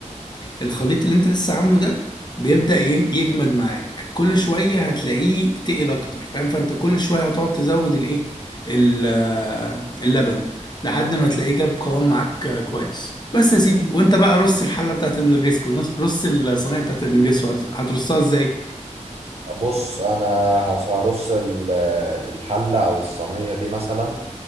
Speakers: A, on the left; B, on the right.
A: الخليط اللي انت لسه عامله ده بيبدأ يج- يجمد معاك كل شوية هتلاقيه تقل اكتر فاهم فانت كل شوية هتقعد تزود الايه ال- آه، اللبن لحد ما تلاقيه جاب قوام معاك آه، كويس بس يا سيدي وانت بقى رص الحلة بتاعت النجريسكو نص- رص الصينية بتاعت النجريسكو هت- هترصها ازاي
B: بص انا هص- هرص ال- الحله او الصينيه دي مثلا